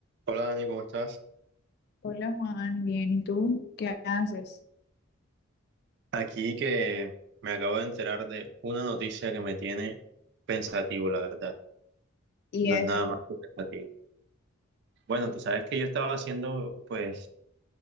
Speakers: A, on the right; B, on the left.
A: Hola Dani, ¿cómo estás?
B: Hola Juan, bien, ¿y tú qué haces?
A: Aquí que me acabo de enterar de una noticia que me tiene pensativo, la verdad.
B: Y
A: No
B: eso,
A: es nada más que pensativo. Bueno, tú sabes que yo estaba haciendo, pues,